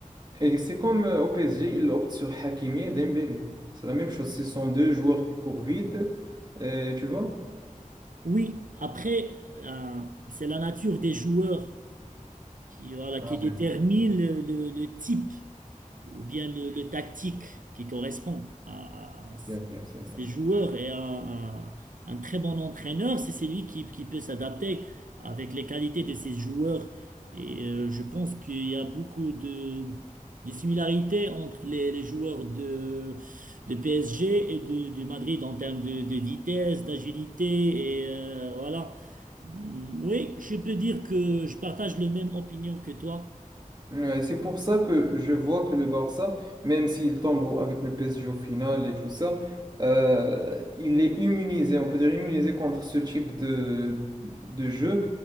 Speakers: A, on the right (about 30°); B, on the right (about 80°).
A: Et c'est comme euh, au PSG, ils optent sur Hakimi et Dembélé. C'est la même chose. Ce sont deux joueurs qui courent vite, euh, tu vois?
B: oui. Après, euh, c'est la nature des joueurs qui, voilà, qui
A: Ah,
B: détermine le, le- le type ou bien le, le tactique qui correspond à, à ce-
A: C'est vrai, c'est
B: ces
A: vrai.
B: joueurs et à, à- un très bon entraîneur, c'est celui qui, qui peut s'adapter avec les qualités de ces joueurs. Et euh, je pense qu'il y a beaucoup de, de similarités entre les, les joueurs de, de PSG et de, de Madrid en termes de, de vitesse, d'agilité et euh, voilà. Mm, Oui, je peux dire que je partage la même opinion que toi.
A: Ouais, c'est pour ça que je vois que le Barça, même s'il tombe au- avec le PSG au final et tout ça, euh, il est immunisé, on peut dire immunisé contre ce type de, de jeu,